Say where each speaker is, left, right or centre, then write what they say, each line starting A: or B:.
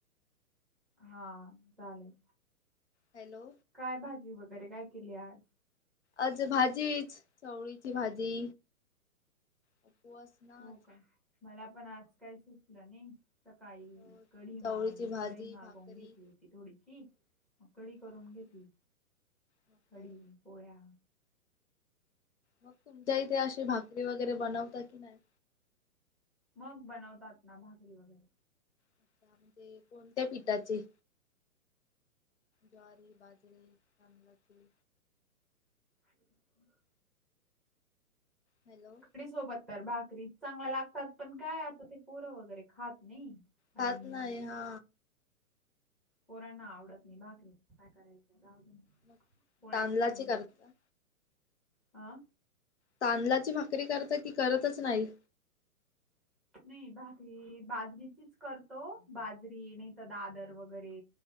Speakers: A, in the centre; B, on the left.
A: हा चालेल.
B: हॅलो.
A: काय भाजी वगैरे काय केली आज.
B: अज भाजीच चवळीची भाजी उपवास ना
A: हो
B: आज
A: का मला पण आज काय सुटलं नाही. सकाळी
B: हो
A: कढमा
B: चवळीची
A: म
B: भाजी
A: दही मागवून
B: भाकरी
A: घेतली होती थोडीशी मग कडी
B: हा
A: करून घेतली
B: तेच मग
A: कढ
B: काय.
A: पोळ्या.
B: मग तुमच्या इथे अशी भाकरी वगैरे बनवता की नाही.
A: मग बनवतात ना भाकरी वगैरे
B: अच्छा, म्हणजे कोणत्या पीठाचे ज्वारी बाजरी कमलचीू
A: ह.
B: हॅलो.
A: कढी सोबत तर भाकरी चांगला लागतात पण काय आता ते पोरं वगैरे खात नाही.
B: खात
A: आणि
B: नाही हा.
A: पोरांना आवडत नाही बाकरी काय करायच जाव.
B: मग
A: पळ्याच
B: तांदलाची
A: करून
B: करता
A: अं.
B: तांदळाची भाकरी करत की करतच नाही.
A: नाही भाकरी बाजरीचीच करतो बाजरी नाही तरर दादर वगैरे